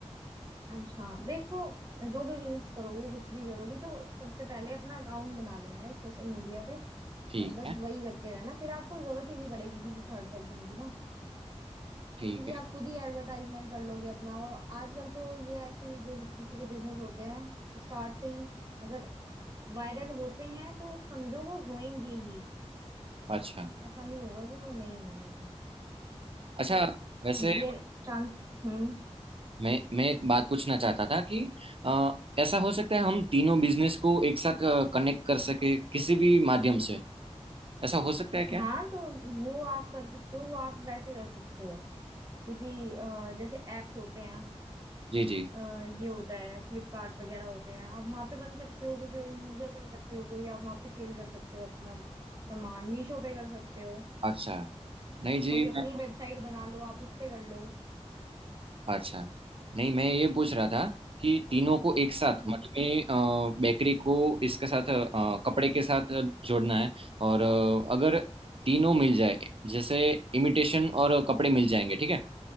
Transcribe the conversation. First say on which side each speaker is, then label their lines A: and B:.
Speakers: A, on the right; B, on the right.
A: अच्छा देखो जो भी बिजनेस करोगे कुछ भी करोगे तो सबसे पहले अपना अकाउंट बना लेना है एक सोशल मीडिया पे
B: ठीक
A: और बस
B: है
A: वही करते रहना फिर आपको जरूरत ही नहीं पड़ेगी किसी थर्ड पर्सन की ना
B: ठीक
A: क्योंकि
B: है
A: आप खुद ही एडवर्टाइजमेंट कर लोगे अपना और आजकल तो ये ऐसी जो किसी के बिजनेस होते हैं स्टार्ट से ही अगर वायरल होते हैं तो समझो वो होंगे ही
B: अच्छा
A: ऐसा नहीं होगा कि वो नहीं होंगे
B: अच्छा
A: पर
B: वैसे
A: ये चांस हम्म
B: मैं मैं एक बात पूछना चाहता था कि अ, ऐसा हो सकता है हम तीनों बिजनेस को एक साथ कनेक्ट कर सके किसी भी माध्यम से ऐसा हो सकता है क्या
A: हाँ तो वो आप कर सकते हो वो आप वैसे कर सकते हो किसी अ, जैसे एप्स होते हैं
B: जी जी
A: अ, ये होता है फ्लिपकार्ट वगैरह होते हैं आप वहाँ पे बन सकते हो कुछ यूजर बन सकते हो कोई आप वहाँ पे सेल कर सकते हो अपना सामान मीशो पे कर सकते हो
B: अच्छा नहीं जी
A: कोई अपनी
B: मैं
A: वेबसाइट बना लो आप उस पे कर लो
B: अच्छा नहीं मैं ये पूछ रहा था कि तीनों को एक साथ
A: हाँ
B: मतलब मैं बेकरी को इसके साथ अ, कपड़े के साथ जोड़ना है और अ, अगर तीनों मिल जाए जैसे इमिटेशन और कपड़े मिल जाएंगे ठीक है